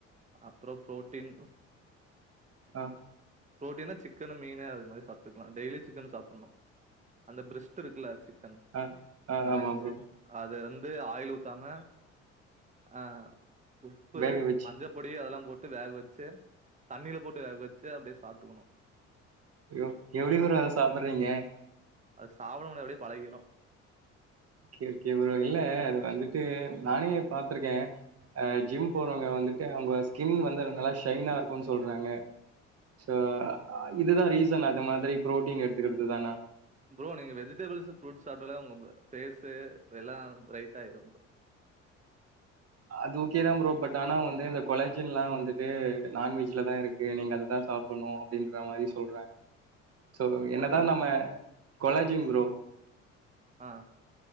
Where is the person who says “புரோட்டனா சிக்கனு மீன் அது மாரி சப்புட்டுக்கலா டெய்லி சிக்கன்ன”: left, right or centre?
Right